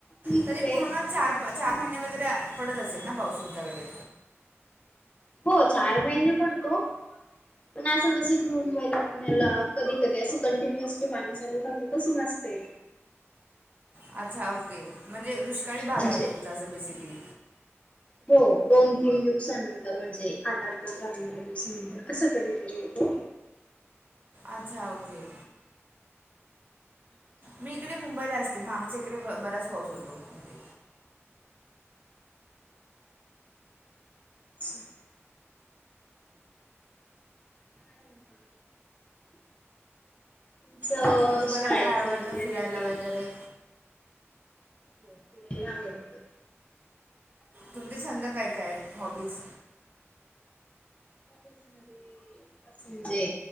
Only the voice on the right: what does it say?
तरी
पूर्ण चार चार महिने वगैरे पडत असेल ना पाऊस तुमच्याकडे.
अच्छा ओके, म्हणजे दुष्काळी भाग
आहे तुमचा असं बेसिकली.
अच्छा ओके.
मी इकडे मुंबईला असते मग आमच्या इकडे ब बराच पाऊस होतो इथे.
बाकी मग तुम्हाला
काय आवडतं
फिरायला
वगैरे
तुमचे छंद काय काय आहेत हॉबीज?